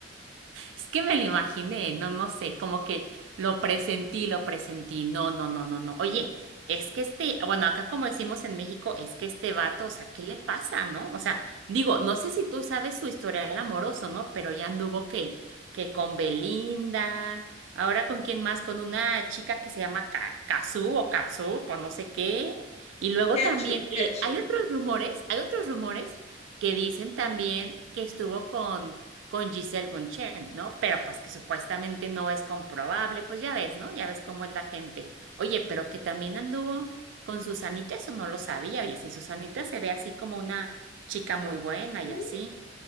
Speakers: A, on the right (about 85°); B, on the left (about 35°).
A: Es que me lo imaginé, no, no sé, como que lo presentí, lo presentí, no, no, no, no, no. Oye, es que este, bueno, acá como decimos en México, es que este vato, o sea, ¿qué le pasa, no? O sea, digo, no sé si tú sabes su historial amoroso, ¿no? Pero ya anduvo que, que con Belinda, ahora con quién más, con una chica que se llama Ka- Kazú o Katsu, pues no sé qué. Y luego
B: Ketchup,
A: también, oye,
B: ketchup.
A: hay otros rumores, hay otros rumores que dicen también que estuvo con con Giselle Bunchen, ¿no? Pero pues que supuestamente no es comprobable, pues ya ves, ¿no? Ya ves cómo es la gente. Oye, pero que también anduvo con Susanita, eso no lo sabía. Oye, si Susanita se ve así como una chica muy buena y
B: Uh,
A: así.